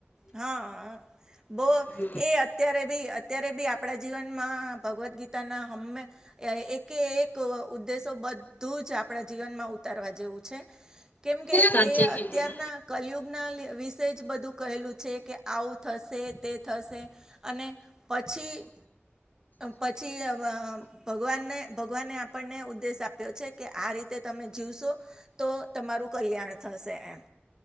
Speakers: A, on the right; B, on the left.
A: હા બહ
B: હમ
A: એ અત્યારે બી અત્યારે બી આપ આપણા જીવનમાં ભગવદ્ ગીતાના હમે એકે એક ઉદ્દેશો બધું જ આપણા જીવનમાં ઉતારવા જેવું છે. કેમ કે
B: સાચે
A: એ
B: કીધું
A: અત્યારના કલિયુગના તે જ બધું કહેલું છે કે આવું થશે તે થશે અને પછી પછી ભગવાનને ભગવાને આપણને ઉદ્દેશ આપ્યો છે કે આ રીતે તમે જીવશો તો તમારું કલ્યાણ થશે એમ.